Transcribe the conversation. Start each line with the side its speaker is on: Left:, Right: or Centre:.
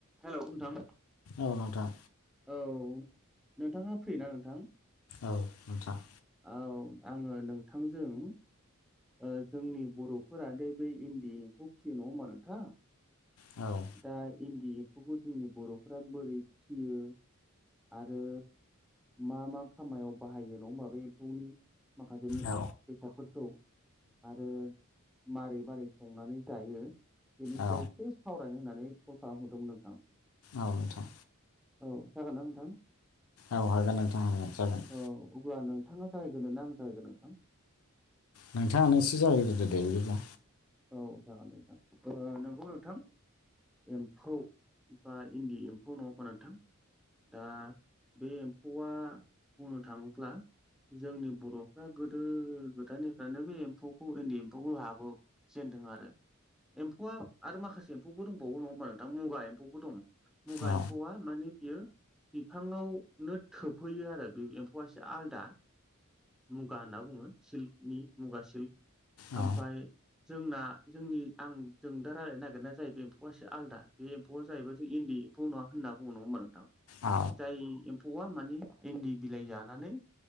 Centre: हेलौ नोंथां
Left: औ नोंथां
Centre: औ नोंथाङा फ्रि ना नोंथां
Left: औ नोंथां
Centre: औ आङो नोंथांजों ओ जोंनि बरफोरा दे बे इन्दि एमफौ फिसियो नङा होमबा नोंथां
Left: औ
Centre: दा इन्दि एम्फौखौ जोंनि बरफोरा बोरै फिसियो आरो मा मा खामायाव बाहायो नङा होमबा बे एम्फौनि माखासे मु
Left: औ
Centre: बेसादफोरखौ आरो मारै - मारै संनानै जायो बेनि
Left: औ
Centre: सायाव से सावरायनो होननानै कल खालामहरदोंमोन नोंथां
Left: आव नोंथां
Centre: औ जागोन ना नोंथां
Left: औ हागोन नोथां हागोन जागोन
Centre: औ अब्ला नोंथाङा जागायगोरनो ना आं जागायगोरनो नोंथां
Left: नोंथाङानो एसे जागायग्रोदो दे बिदिब्ला
Centre: औ जागोन दे नोंथां ओ नोंगौ नोंथां एम्फौ बा इन्दि एम्फौ नङा होनबा नोंथां दा बे एम्फौआ बुंनो थाङोब्ला जोंनि बरफ्रा गोदो गोदायनिफ्रायनो बे एम्फौखौ इन्दि एम्फौखौ लाबो जेनदों आरो एम्फौआ आरो माखासे एम्फौबो दंबावो नङा होमबा नोंथां मुगा एम्फौबो दं। मुगा
Left: औ
Centre: एम्फौआ माने बियो बिफाङावनो थोबहैयो आरो बे एम्फौआ एसे आलदा मुगा होनना बुङो सिल्कनि मुगा सिल्क
Left: औ
Centre: ओमफाय जोंना जोंनि आं जों दा रायलायनो नागिरनाया जाहैबाय एम्फौआ एसे आलदा बे फआ जाहैबाय जों इन्दि एमफौ ना होनना बुंङा नङा होनबा नोंथां
Left: औ
Centre: जाय एम्फौआ माने एन्दि बिलाइ जानानै